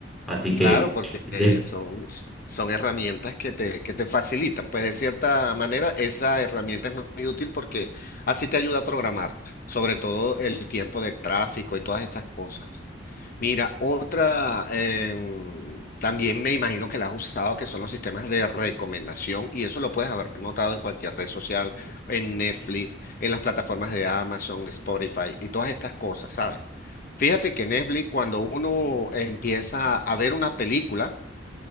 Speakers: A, in the centre; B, on the left (about 50°).
A: Así
B: Claro,
A: que,
B: porque
A: de-
B: eh, son, son herramientas que te, que te facilitan. Pues de cierta manera, esa herramienta es muy útil porque así te ayuda a programar, sobre todo el tiempo del tráfico y todas estas cosas. Mira, otra, em, también me imagino que la has usado, que son los sistemas de recomendación, y eso lo puedes haber notado en cualquier red social, en Netflix, en las plataformas de Amazon, Spotify y todas estas cosas, ¿sabes? Fíjate que Netflix, cuando uno empieza a ver una película,